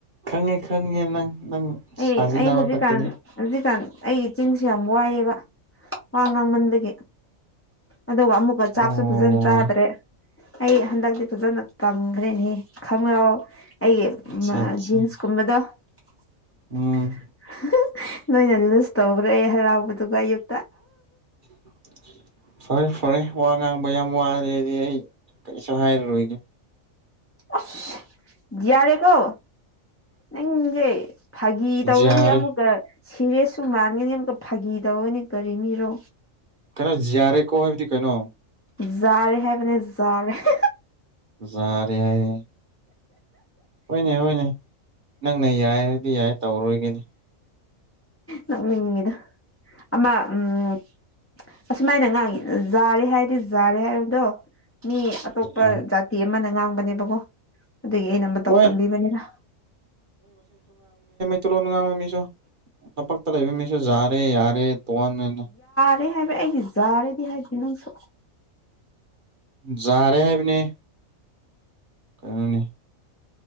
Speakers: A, on the right (about 45°); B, on the left (about 20°).
A: ꯈꯪꯉꯦ ꯈꯪꯉꯦ ꯅꯪ ꯅꯪ ꯁꯥꯖꯤꯟꯅꯕ
B: ꯑꯩ ꯑꯩ ꯍꯧꯖꯤꯛꯀꯥꯟ
A: ꯈꯛꯇꯅꯤ
B: ꯍꯧꯖꯤꯛꯀꯥꯟ ꯑꯩꯒꯤ ꯆꯤꯟꯁꯤ ꯌꯥꯝ ꯋꯥꯏꯑꯦꯕ ꯋꯥ ꯉꯥꯡꯃꯟꯕꯒꯤ ꯑꯗꯨꯒ ꯑꯃꯨꯛꯀ
A: ꯑꯣ
B: ꯆꯥꯛꯁꯨ ꯐꯖꯅ ꯆꯥꯗ꯭ꯔꯦ ꯑꯩ ꯍꯟꯗꯛꯇꯤ ꯐꯖꯅ ꯀꯪꯈ꯭ꯔꯦꯅꯤ ꯈꯪꯈ꯭ꯔꯣ ꯑꯩꯒꯤ
A: ꯑꯠꯆꯥ
B: ꯑꯥ
A: ꯑꯠꯆꯥ
B: ꯖꯤꯟꯁ ꯀꯨꯝꯕꯗꯣ <unintelligible>
A: ꯎꯝ
B: ꯂꯣꯏꯅ ꯂꯨꯁ ꯇꯧꯈ꯭ꯔꯦ ꯍꯔꯥꯎꯕꯗꯨꯒ ꯑꯌꯨꯛ
A: <inaudible> ꯐꯔꯦ ꯐꯔꯦ ꯋꯥ ꯉꯥꯡꯕ ꯌꯥꯝ ꯋꯥꯔꯦ ꯍꯥꯏꯗꯤ ꯑꯩ ꯀꯔꯤꯁꯨ ꯍꯥꯏꯔꯔꯣꯏꯒꯦ
B: ꯑꯁ ꯌꯥꯔꯦ ꯀꯣ ꯅꯪꯁꯦ ꯐꯥꯒꯤ ꯇꯧꯒꯅꯤ
A: ꯌꯥꯔꯦ
B: ꯑꯃꯨꯛꯀ ꯁꯤꯔꯦꯁꯁꯨ ꯃꯥꯟꯒꯅꯤ ꯑꯃꯨꯛꯇ ꯐꯥꯒꯤ ꯇꯧꯒꯅꯤ ꯀꯔꯤꯃꯤꯔꯣ
A: ꯈꯔ ꯖꯥꯔꯦꯀꯣ ꯍꯥꯏꯕꯗꯤ ꯀꯩꯅꯣ
B: ꯖꯥꯔꯦ ꯍꯥꯢꯕꯅꯦ ꯖꯥꯔꯦ <unintelligible>
A: ꯖꯥꯔꯦ ꯍꯥꯏꯌꯦ ꯍꯣꯏꯅꯦ ꯍꯣꯏꯅꯦ ꯅꯪꯅ ꯌꯥꯏꯌꯦ ꯍꯥꯢꯔꯗꯤ ꯌꯥꯏꯑꯦ ꯇꯧꯔꯣꯏꯒꯦꯅꯦ
B: ꯅꯣꯛꯅꯤꯡꯏꯗ ꯑꯃ ꯎꯝ ꯑꯁꯨꯃꯥꯏꯅ ꯉꯥꯡꯉꯤ ꯖꯥꯔꯦ ꯍꯥꯏꯗꯤ ꯖꯥꯔꯦ ꯍꯥꯏꯕꯗꯣ ꯃꯤ ꯑꯇꯣꯞꯄ
A: ꯎꯝ
B: ꯖꯥꯇꯤ ꯑꯃꯅ ꯉꯥꯡꯕꯅꯦꯕꯀꯣ ꯑꯗꯨꯒꯤ ꯑꯩꯅ ꯃꯇꯧ
A: ꯃꯣꯏ
B: ꯇꯝꯕꯤꯕꯅꯤꯗ
A: ꯇꯨꯂꯣꯟ ꯉꯥꯡꯕ ꯃꯤꯁꯨ ꯇꯝꯄꯥꯛꯇ ꯂꯩꯕ ꯃꯤꯁꯨ ꯖꯥꯔꯦ ꯌꯥꯔꯦ ꯇꯣꯉꯥꯟ ꯑꯣꯢꯅ
B: ꯌꯥꯔꯦ ꯍꯥꯏꯕ ꯑꯩꯗꯤ ꯖꯥꯔꯦꯗꯤ ꯍꯥꯏꯗꯦ ꯅꯪꯁꯨ
A: ꯖꯥꯔꯦ ꯍꯥꯏꯕꯅꯦꯍꯦ ꯀꯩꯅꯣꯅꯦ